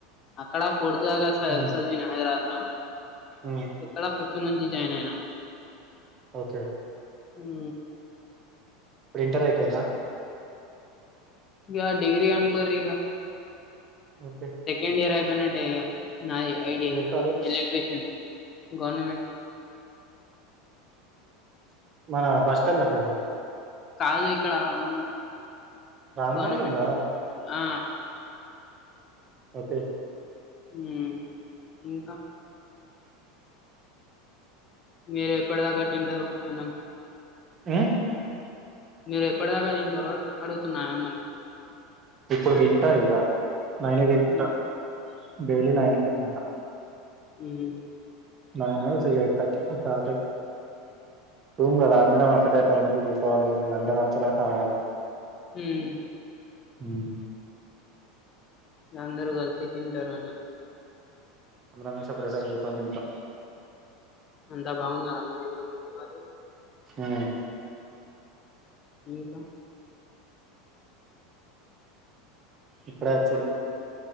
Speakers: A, on the left; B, on the right.
A: అక్కడ ఫోర్త్ దాగా సద్
B: హ్మ్
A: సదివిన హైదరాబాద్ లో
B: హ్మ్
A: ఇక్కడ ఫిఫ్ ఫ్త్ నుంచి జాయిన్ అయినా
B: ఓకే
A: హూ
B: ఇప్పుడు ఇంటర్ అయిపోయిందా
A: ఇగా డిగ్రీ అనుకోరీ ఇగ
B: ఓకే
A: సెకండ్ ఇయర్ అయిపోయినట్టే ఇగ నాది ఐడి
B: ఏ కాలేజ్
A: ఎలక్ట్ర్రిషన్ గవర్నమెంట్
B: మన బస్టాండ్ దగ్గరది
A: కాదు ఇక్కడ రామగుండం
B: రాంగుండం
A: గవర్నమెంట్
B: లో ఉందా
A: ఆ
B: ఓకే
A: ఉమ్ ఇంకా మీరు ఎప్పటిదాకట్టింటారు అన్నం
B: ఆ
A: మీరు ఎప్పటిదాకా తింటరో అడుగుతున్నా అన్నం
B: ఇప్పుడు తింటా ఇగ నైను తింటా
A: ఉమ్
B: డైలీ నైన్కే తింటా
A: ఉం
B: న నా స తటి అంతా అట <unintelligible> రూం కదా అందరం ఒక్కటే టైంకి కుసోవాలి కదా అందర వచ్చెరక ఆగాలి
A: ఉం
B: ఉం
A: అందరు కల్సి తింటారు
B: అందరం కలిసి ఒకటేసారి కుసోనీ తింటం
A: అంతా బాగున్నార మరి మీ మమ్మీ వాళ్ళు
B: ఆ
A: ఇంకా
B: ఇప్పుడే అచీల్లు